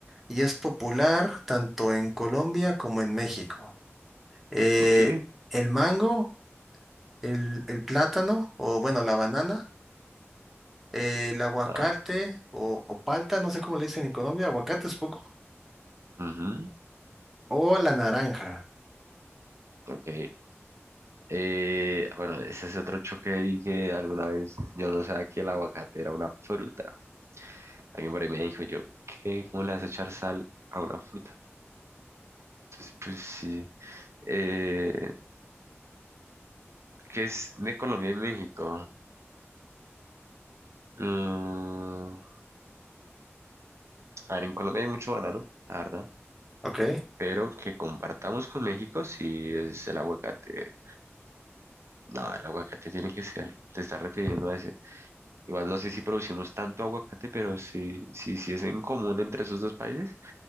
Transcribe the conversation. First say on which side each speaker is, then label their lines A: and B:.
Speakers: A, in the centre; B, on the right.
A: y es popular tanto en Colombia como en México? Eh,
B: Ok.
A: ¿el mango, el, el plátano o bueno, la banana, eh, el aguacate
B: Ah,
A: o, o palta, no sé cómo le dicen en Colombia, aguacate supongo,
B: ujú,
A: o la naranja?
B: Ok. Eh, bueno, ese es otro choque ahí que alguna vez yo no sabía que el aguacate era una fruta. Alguien por ahí me dijo yo, ¿qué? ¿Cómo le vas a echar sal a una fruta? Entonces, pues sí. Eh, ¿qué es de Colombia y México? Mm, a ver, en Colombia hay mucho banano, la verdad.
A: Ok,
B: Pero que compartamos con México sí es el aguacate. No, el aguacate tiene que ser, te estás refiriendo a ese. Igual no sé si producimos tanto aguacate, pero si, si, si es en común entre esos dos países,